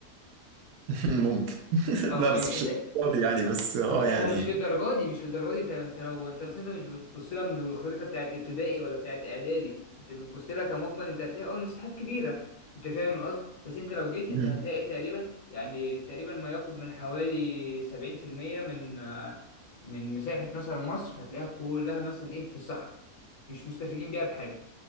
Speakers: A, on the right; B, on the left.
A: <laughs> ممكن <laughs>
B: اه
A: لا بس
B: انت
A: مش فاضي يعني بس اه
B: هو هو
A: يعني
B: مش للدرجه دي مش للدرجه دي انت انت لو انت اصل انت مش بتبص لها من الخريطه بتاعت ابتدائي ولا بتاعت اعدادي انت بتبص لها كمجمل انت هتلاقي اه المساحات كبيره انت فاهم القصد بس انت لو جيت
A: مم.
B: انت هتلاقي تقريبا يعني تقريبا ما يقرب من حوالي 70% من آه، من مساحه مثلا مصر هتلاقيها كلها مثلا ايه في الصحراء مش مستفيدين بيها بحاجه